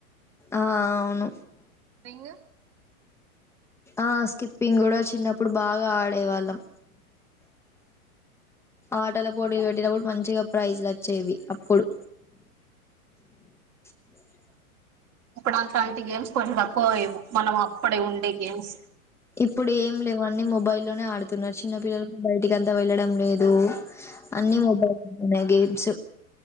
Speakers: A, in the centre; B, on the right (about 35°).
A: ఆ అవును
B: రింగ్
A: ఆ స్కిప్పింగ్ కూడా చిన్నప్పుడు బాగా ఆడేవాళ్ళం ఆటల పోటీలు పెట్టినప్పుడు మంచిగా ప్రైజ్లు వచ్చేవి అప్పుడు అ
B: అప్పుడు అంతంటి గేమ్స్ కొ తక్కువ మనం అప్పుడే ఉండే గేమ్స్
A: ఇప్పుడు ఏం లేవు అన్నీ మొబైల్లోనే ఆడుతున్నారు చిన్న పిల్లల బయటికి ఎంత వెళ్ళడం లేదు అన్ని మోటా కప గ ఆంచ